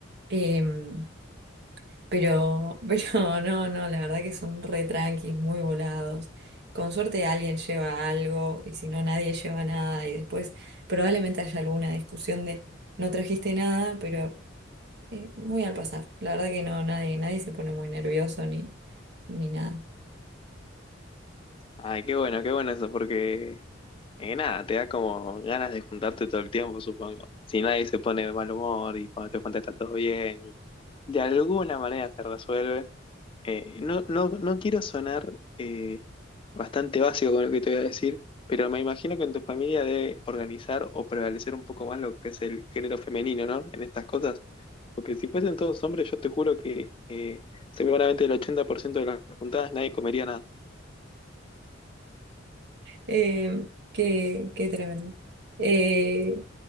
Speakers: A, on the right (about 60°); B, on the left (about 25°).
A: Em, pero, pero <laughs> no, no, la verdad que son re tranquis, muy volados. Con suerte alguien lleva algo y si no nadie lleva nada y después probablemente haya alguna discusión de no trajiste nada, pero eh, muy al pasar. La verdad que no, nadie, nadie se pone muy nervioso ni, ni nada.
B: Ay, qué bueno, qué bueno eso, porque eh, nada, te da como ganas de juntarte todo el tiempo, supongo. Si nadie se pone de mal humor y cuando te juntas está todo bien, y de alguna manera se resuelve. Eh, no, no, no quiero sonar eh, bastante básico con lo que te voy a decir, pero me imagino que en tu familia debe organizar o prevalecer un poco más lo que es el género femenino, ¿no? En estas cosas. Porque si fuesen todos hombres, yo te juro que eh, seguramente el 80% de las juntadas nadie comería nada.
A: Eh, qué, qué tremendo. Eh,